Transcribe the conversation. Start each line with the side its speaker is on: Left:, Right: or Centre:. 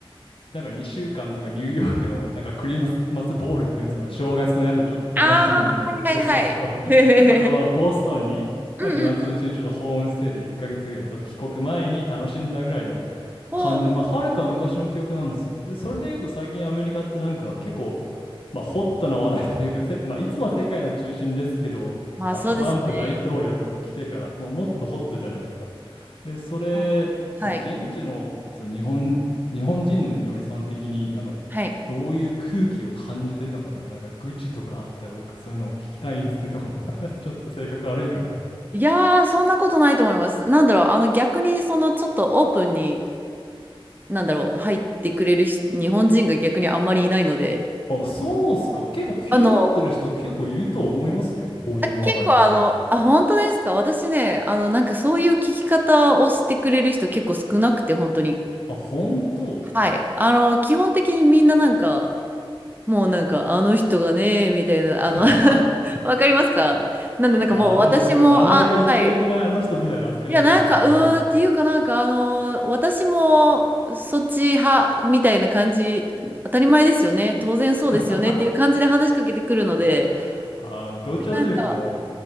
Left: なんか2週間とかニューヨークのなんかクリスマスボールっていうんですか、正月のやつをちょっと楽しんで、
Right: ああ、はいはいはい。
Left: そうそうそう。
Right: <laughs> へへへへ
Left: あとまあボストンに、
Right: うんうんうん。
Left: まあ暇つぶしにちょっとホームステイで1ヶ月ぐらい、そう帰国前に楽しんだぐらいの
Right: お
Left: 感じ、まあはるか昔の記憶なんですよ。
Right: ー
Left: で、それで言うと最近アメリカってなんか結構、まあホットな話題というか、せ、まあいつもは世界の中心ですけど、
Right: まあそうですね。
Left: まあ、トランプ大統領がそう来てから、もうもっとホットじゃないですか。で、それ、
Right: うんはい。
Left: そう現地のそう日本日本人のみのりさん的になんか
Right: はい。
Left: どういう空気を感じてるのかとか、なんか愚痴とかあったら僕そういうのを聞きたいんですけど <laughs> ちょっと性格悪いかな。
Right: いやー、そんなことないと思います。なんだろう、あの逆にそのちょっとオープンに、なんだろう、入ってくれる人日本人が逆にあんまりいないので、
Left: あ、そうっすか。結構気になってる人結構いるとは思いますよ。
Right: あの、
Left: こういう話題って。
Right: 結構あの、あ、本当ですか私ね、あの、なんかそういう聞き方をしてくれる人結構少なくて、本当に。
Left: あ、本当
Right: はい。あの、基本的にみんななんか、もうなんか、あの人がね、みたいな、
Left: <laughs>
Right: あの <laughs>
Left: あ、
Right: わかりますかなんでなんかもう私も、
Left: あの人が、名前が言っちゃいけないあの人みたいな扱いだったんですか、
Right: あ、はい。いや、なんか、
Left: もう。
Right: うーんっていうかなんか、あの、私もそっち派みたいな感じ、当たり前ですよね、当然そうですよねっていう感じで話しかけてくるので、
Left: <laughs> あ、同調圧力も
Right: で、なんか、